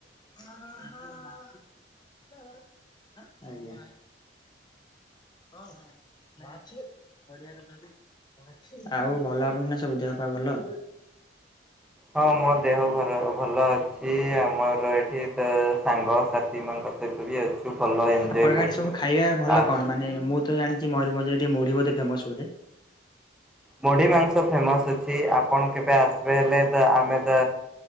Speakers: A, on the left; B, in the centre.
A: <unintelligible> ଆଜ୍ଞା। ହଁ ହଁ ମାଛ ପଡ଼ିଆରେ <unintelligible> ଆଉ ଭଲ <unintelligible> ନା ସବୁ ଦେହ ପା ଭଲ।
B: ହଁ ମୋ ଦେହ ଭଲ ଅଛି ଆମ ମୋର ଏଠି ତ ସାଙ୍ଗ ସାଥି ଙ୍କ ସହିତ ବି ଅଛୁ ଭଲ ଏଞ୍ଜୟ୍
A: ଆପଣଙ୍କ
B: କରୁଛୁ
A: ଆଡେ ସବୁ ଖାଇବା ଭଲ
B: ଆ
A: କଣ ମାନେ ମୁଁ ତ ଜାଣିଛି ମୟୂରଭଞ୍ଜରେ ଟିକେ ମୁଢି ବୋଧେ ଫେମସ ବୋଧେ।
B: ମୁଢ଼ି ମାଂସ ଫେମସ୍ ଅଛି ଆପଣ କେବେ ଆସିବେ ହେଲେ ତ ଆମେ ତ